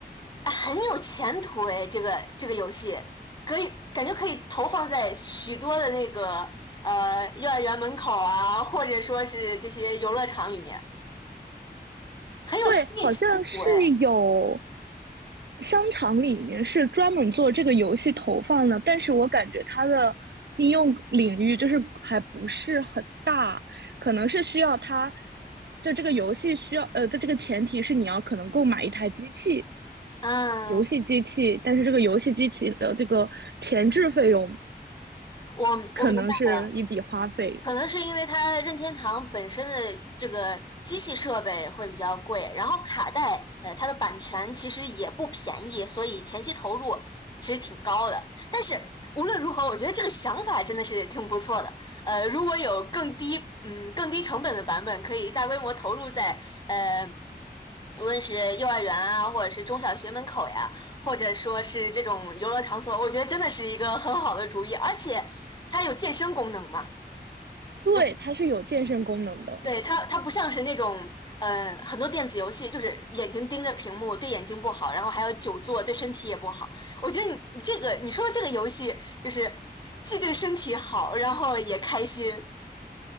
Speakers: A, on the left; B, on the right.
A: 啊很有前途哎，这个这个游戏可以感觉可以投放在许多的那个呃幼儿园门口啊，或者说是这些游乐场里面，很有生意前途哎。
B: 对，好像是有商场里面是专门做这个游戏投放的，但是我感觉它的应用领域就是还不是很大，可能是需要它，就这个游戏需要，呃，的这个前提是你要可能购买一台机器，
A: 嗯，
B: 游戏机器，但是这个游戏机器的这个前置费用
A: 我我明白。
B: 可能是一笔花费。
A: 了。可能是因为它任天堂本身的这个机器设备会比较贵，然后卡带，呃，它的版权其实也不便宜，所以前期投入其实挺高的。但是无论如何，我觉得这个想法真的是挺不错的。呃，如果有更低，嗯，更低成本的版本，可以大规模投入在，呃，无论是幼儿园啊，或者是中小学门口呀，或者说是这种游乐场所，我觉得真的是一个很好的主意，而且它有健身功能嘛。
B: 对，
A: 又。
B: 它是有健身功能的。
A: 对，它它不像是那种，呃，很多电子游戏就是眼睛盯着屏幕，对眼睛不好，然后还要久坐，对身体也不好。我觉得你你这个你说的这个游戏，就是既对身体好，然后也开心。